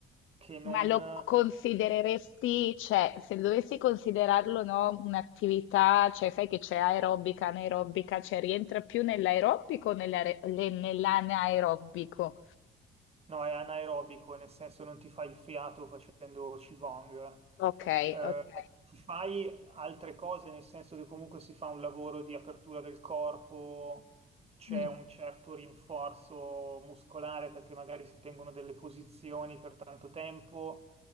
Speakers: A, on the right; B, on the left.
A: che Mm. non,
B: Ma lo considereresti, cioè, se dovessi considerarlo, no, un'attività, cioè, sai che c'è aerobica, anaerobica, cioè, rientra più nell'aerobico o nell'are- le- nell'anaerobico?
A: No, è anaerobico, nel senso non ti fai il fiato facendo Qigong.
B: Ok,
A: Eh,
B: ok,
A: ti fai altre cose, nel senso che comunque si fa un lavoro di apertura del corpo, c'è
B: mm.
A: un certo rinforzo muscolare perché magari si tengono delle posizioni per tanto tempo,